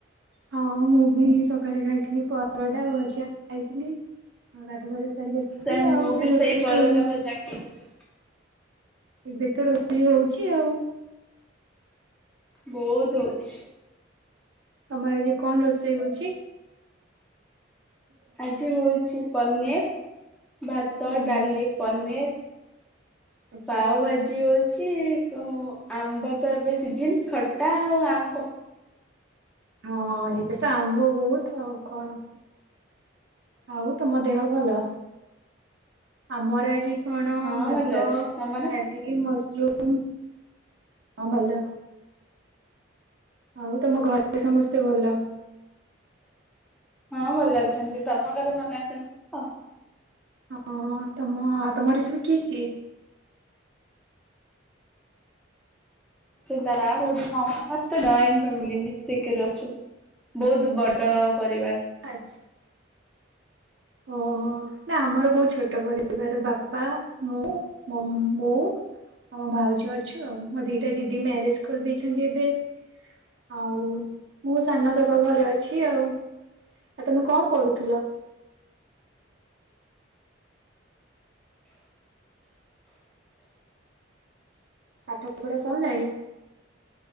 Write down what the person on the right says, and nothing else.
ହଁ ମୁଁ ବି ସକାଳେ ଖାଇଥିଲି ପରଟା ଆଉ ଭଜା। ଖାଇଥିଲି ଆଉ ଗାଧୁଆ ପାଧୁଆ ସାରିକି ଆସିଲି
ଆଉ ବି ରୋଷେଇ
ତ ହଉଚି।
ଏବେ ତ ରୋଷେଇ ହଉଚି ଆଉ
ତମର ଆଜି କଣ ରୋଷେଇ ହଉଚି? ହୁଁ
ହୁଁ
ଆଚ୍ଛା।
ହଁ ଏଇବେ ତ ଆମ୍ବ ବହୁତ ଆଉ କଣ ଆଉ ତମ ଦେହ ଭଲ? ଆମର ଆଜି କଣ
ଭାତ
ଡାଲି ମସରୁମ ହଁ ଭଲ। ଆଉ ତମ ଘରେ ସମସ୍ତେ ଭଲ?
ହଁ ତମ ତମରେ ସବୁ କିଏ କିଏ।
ଆଚ୍ଛା। ଓହୋ। ନା ଆମର ବହୁତ ଛୋଟ ପରିବାର ବାପା ମୁଁ ମୋ ବୋଉ। ଆମ ଭାଉଜ ଅଛୁ ଆଉ ମୋ ଦିଟା ଦିଦି ମ୍ୟାରେଜ କରିଦେଇଚନ୍ତି ଏବେ। ଆଉ ମୁଁ ସାନ ସବା ଘରେ ଅଛି ଆଉ। ଆଉ ତମେ କଣ ପଢୁଥିଲ? ପାଠ ପଢା ସରିଲାଣି?